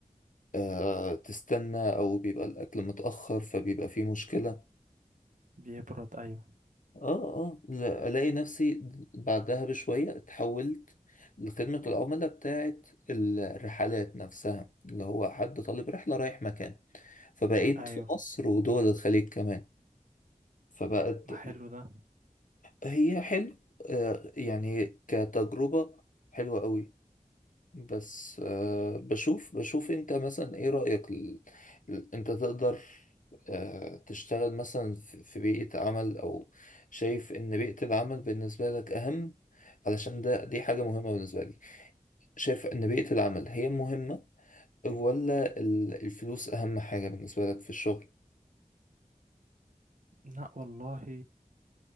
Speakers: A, on the left; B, on the right.
A: آه تستنى أو بيبقى الأكل متأخر فبيبقى فيه مشكلة
B: بيبرد ايوه
A: اه اه لا- الاقي نفسي بعدها بشويه اتحولت لخدمه العملاء بتاعه الرحلات نفسها اللي هو حد طالب رحله رايح مكان فبقيت
B: ايوه
A: في مصر ودول الخليج كمان فبقت
B: ما حلو ده
A: هي حلو آه، يعني كتجربه حلوه قوي بس آه بشوف بشوف انت مثلا ايه رأيك ال... ال- انت تقدر آه تشتغل مثلا في في بيئة عمل او شايف ان بيئة العمل بالنسبة لك اهم علشان ده دي حاجة مهمة بالنسبة لي شايف ان بيئة العمل هي مهمة ولا ال- الفلوس اهم حاجة بالنسبة لك في الشغل
B: لا والله